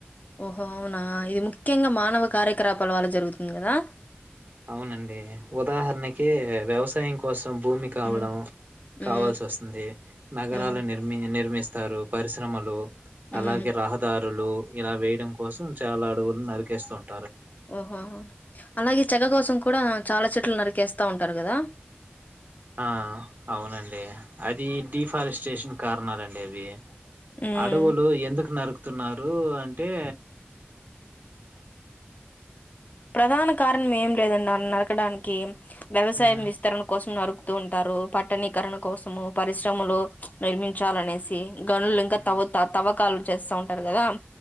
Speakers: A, on the left; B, on the right.
A: ఓహో అవునా ఇది ముఖ్యంగా మానవ కార్యకలాపాల వల జరుగుతుంది కదా
B: అవునండి ఉదాహరణకి వ్యవసాయం కోసం భూమి కావడం
A: హ్మ్. హ్మ్.
B: కావాల్సి వస్తుంది నగరాలు
A: హ్మ్.
B: నిర్మి నిర్మిస్తు పరిశ్రమలు
A: హ్మ్.
B: అలాగే రహదారు లు ఇలా వేయడం కోసం చాలా అడవులను నరికేస్తుంటారు
A: ఓహోహో అలాగే చెక్క కోసం కూడా చాలా చెట్లు నరికేస్తా ఉంటారు కదా
B: ఆ అవునండి అది డిఫారెస్టేషన్ కారణాలండి అవి
A: హ్మ్.
B: అడవులు ఎందుకు నారుకు తున్నారు అంటే
A: ప్రధాన కారణం ఏం లేదండి అడ నరకడానికి వ్యవసాయం
B: మ్
A: విస్తరణ కోసం నరుకుతూ ఉంటారు పట్టణీకరణ కోసము పరిశ్రమలు నిర్మించాలనేసి గనులు ఇంకా
B: హ్మ్
A: తవత తవ్వకాలు చేస్తా ఉంటారు కదా